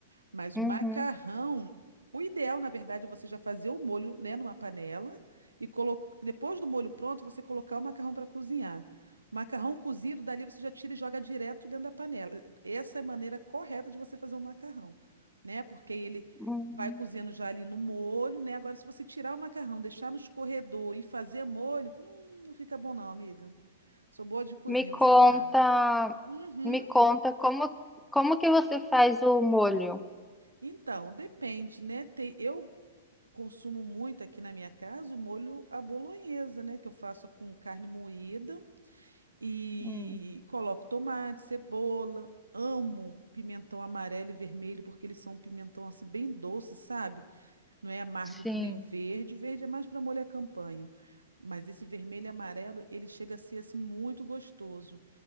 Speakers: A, on the right; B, in the centre.
A: Mas
B: Uhum.
A: o macarrão, o ideal, na verdade, é você já fazer o molho, né, numa panela e colo... depois do molho pronto, você colocar o macarrão para cozinhar. O macarrão cozido, dali você já tira e joga direto dentro da panela. Essa é a maneira correta de você fazer um macarrão, né? Porque ele
B: Hum.
A: vai cozendo já ali no molho, né? Agora, se você tirar o macarrão, deixar no escorredor e fazer molho, hum, não fica bom não, amiga. Sou boa de cozinha,
B: Me
A: você
B: conta,
A: sabe. Uhum.
B: me conta como, como que você faz o molho?
A: Então, depende, né? Tem, eu consumo muito aqui na minha casa o molho à bolonhesa, né? Que eu faço com carne moída e
B: Hum,
A: coloco tomate, cebola. Amo pimentão amarelo e vermelho porque eles são um pimentão assim bem doce, sabe? Não é amargo
B: sim.
A: que nem o verde. O verde é mais para molho à campanha. Mas esse vermelho e amarelo, ele chega a ser assim muito gostoso.